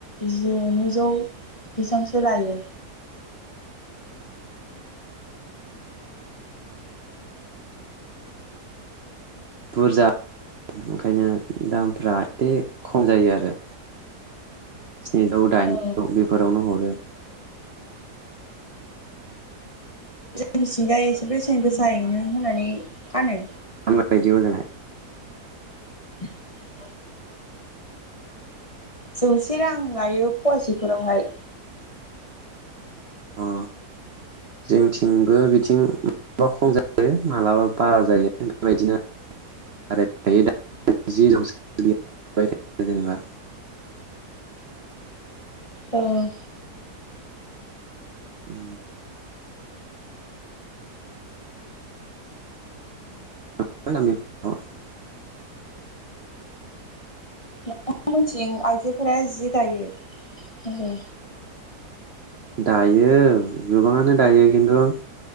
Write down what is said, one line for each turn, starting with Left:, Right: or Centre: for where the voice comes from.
Left: जि नैजौ बिजांसो लायो।
Right: बुरजा ओंखायनो दामफ्रा एसे खम जायो आरो स्निजौ दाइनजिदौ
Left: औ
Right: बेफोरावनो हरो।
Left: जोंनिथिंजाय एसे बेसेन गोसा जायैनो होननानै फानो
Right: बायदियाव जोंङो
Left: <inaudible> जौसे रां लायो फुवासेफोरावहाय
Right: अ जोंथिंबो बिथिं माबबा खम जायो मालाबा बारा जायो बेबायदिनो बारायबाय थायो जौ थ जेनेबा
Left: औ
Right: उम <unintelligible>
Left: नोंथां मोननिथिं आइजोफोरा जि दायो
Right: दायो गोबाङानो दायो खिन्थु